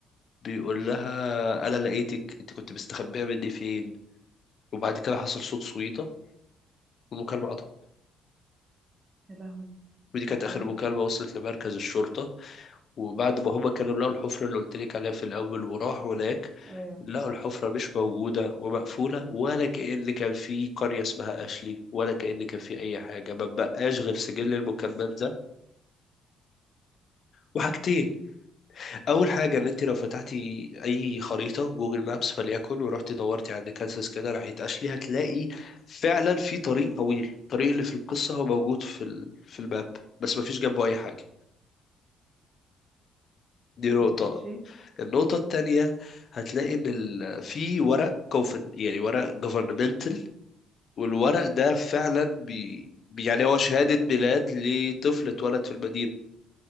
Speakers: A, on the left; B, on the right.
A: بيقول لها أنا لقيتك أنت كنت مستخبية مني فين وبعد كده حصل صوت صويطة والمكالمة قطعت
B: يا لهوي
A: ودي كانت
B: بعدين
A: آخر مكالمة وصلت لمركز الشرطة وبعد ما هما كانوا لقوا الحفرة اللي قلت لك عليها في الأول وراحوا هناك
B: ايوه
A: لقوا الحفرة مش موجودة ومقفولة ولا كأن كان في قرية اسمها أشلي ولا كأن كان في أي حاجة ما بقاش غير سجل المكالمات ده وحاجتين أول حاجة إن أنت لو فتحتي أي خريطة جوجل مابس فليكن ورحتي دورتي عند كانساس كده ناحية أشلي هتلاقي فعلا في طريق طويل الطريق اللي في القصة هو موجود في ال... في الماب بس مفيش جنبه أي حاجة دي نقطة
B: ماشي
A: النقطة التانية هتلاقي إن ال... في ورق كونفد يعني ورق governmental والورق ده فعلا بي... يعني هو شهادة ميلاد لطفل اتولد في المدينة